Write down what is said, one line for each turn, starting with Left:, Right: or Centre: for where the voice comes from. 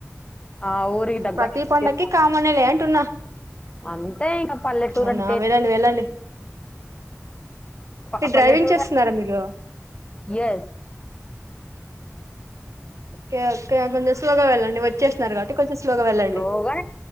Left: ఆ ఊరికి దగ్గర
Right: ప్రతి పండుగకి కామనే లే అంటున్నా
Left: అంతే ఇంకా పల్లెటూరు
Right: అవునా
Left: అంటే
Right: వెళ్ళండి వెళ్ళండి
Left: ఆ
Right: డ్రైవింగ్
Left: పల్లెటూరు
Right: చేస్తున్నారా మీరు
Left: ఇగ
Right: కే ఓకే కొంచెం సోలోగా వెళ్ళండి వచ్చేసినన్నారు కాబట్టి కొంచెం సోలోగా వెళ్ళండి
Left: స్లోగా